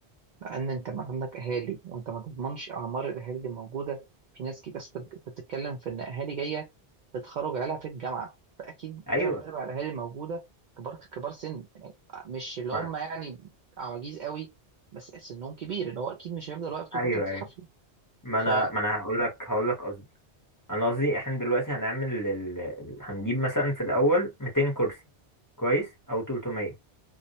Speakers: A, on the right; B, on the left.
A: لان انت ما عندك اهالي وانت ما تضمنش اعمار الاهالي اللي موجوده في ناس كتير أصل انت أنت بتتكلم في ان اهالي جايه تتخرج عيالها في الجامعه فاكيد
B: أيوة
A: ثلاث ارباع الاهالي الموجوده كبار كبار سن مش اللي
B: ما...
A: هم يعني عواجيز قوي بس سنهم كبير اللي هو اكيد مش هيفضل واقف طول
B: أيوه
A: فتره الحفله
B: أيوه ما
A: ف
B: أنا ما أنا هقول لك هقول لك انا قصدي احنا دلوقتي هنعمل ال... ال- هنجيب مثلا في الاول 200 كرسي كويس او 300